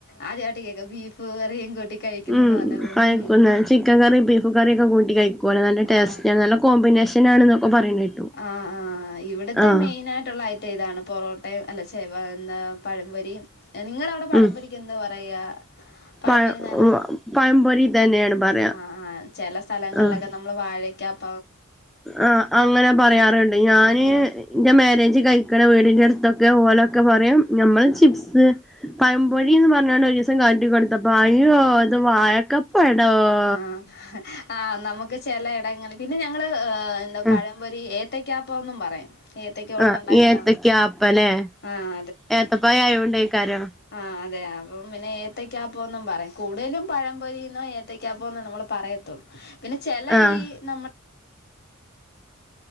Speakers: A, on the left; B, in the centre.
A: ആദ്യമായിട്ട കേക്കുവാ ബീഫ് കറിയും കൂട്ടി കഴിക്കുന്നന്ന്
B: ഉം
A: പറഞ്ഞപ്പം
B: ആയി <unintelligible> ക്കന്ന
A: ഉം.
B: ചിക്കൻ കറി ബി- ചിക്കൻ കറിയൊക്കെ കൂട്ടി കഴിക്കുക അല്ല നല്ല ടേസ്റ്റ്
A: ആ
B: ആണ് നല്ല കോമ്പിനേഷനണൊക്കെ പറയുന്ന കേട്ടു
A: ആഹ് ആഹ് ഇവിടത്തെ
B: ആഹ്
A: മെയിൻ ആയിട്ടുള്ള ഐ - ഇതാണ് പൊറോട്ടയും അല്ല ഛേ പഴംപൊരിയും നിങ്ങള- ഇവിടെ പഴം
B: ഉം
A: പൊരിക്ക് എന്തുവാ പറയുവാ പഴം
B: പഴ
A: പൊരി തന്നെ
B: പഴംപൊരി തന്നെയാണ് പറയാ
A: ആഹ് ആഹ് ചെല സ്ഥലങ്ങളിലൊക്കെ
B: ആഹ്
A: നമ്മ- നമ്മള് വാഴക്കാ അപ്പം -
B: ആഹ് അങ്ങനെ പറയാറുണ്ട് ഞാന്-
A: ആ
B: എന്റെ മാരേജ് കഴിക്കണ വീടിന്റെ അടുത്തൊക്കെ ഓലൊക്കെ പറയും നമ്മള് ചിപ്സ്- പഴം പൊരി എന്ന് പറഞ്ഞോണ്ട് ഒരു ദിവസം കാണ്ടി കൊടുത്തപ്പൊ അയ്യോ ഇത് വായക്ക- പടോ <unintelligible>
A: ആഹ് ആ നമുക്ക് ചെല എടങ്ങളിൽ- പിന്നെ ഞങ്ങള് എന്താ
B: ആഹ്
A: പഴംപൊരി ഏത്തയ്ക്ക അപ്പൊന്നും പറയും ഏത്തക്ക കൊണ്ടുണ്ടാക്കുന്ന
B: ആ ഏത്തക്ക അപ്പംയില്ലേ
A: ആഹ്
B: ഏത്തപ്പഴം ആയോണ്ട് ആയിരിക്കും
A: ആ അതെ അപ്പം പിന്നെ ഏത്തയ്ക്ക അപ്പൊന്നും പറയും കൂടുതലും പഴം പൊരിന്നോ ഏത്തക്കാ അപ്പം ന്നോ നമ്മള് പറയത്തൊള്ളൂ. പിന്നെ ചെല
B: ആഹ്
A: ഈ നമ്മ